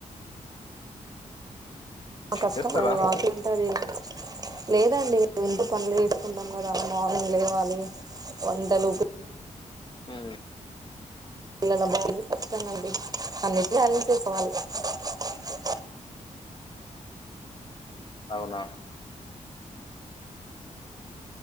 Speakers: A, on the right; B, on the left.
A: ఆ కష్టమ
B: చేస్తారా
A: వాకి అం <unintelligible> టే అది లేదండి ఇంటి పనులే చేసుకుంటాం కదా మార్నింగ్ లేవాలి వంటలు
B: హూమ్
A: పిల్లల బాగుంది ఖచ్చితంగా అండి అన్నింటిని అరేంజ్ చేసకోవాళ్ళు <unintelligible>
B: అవునా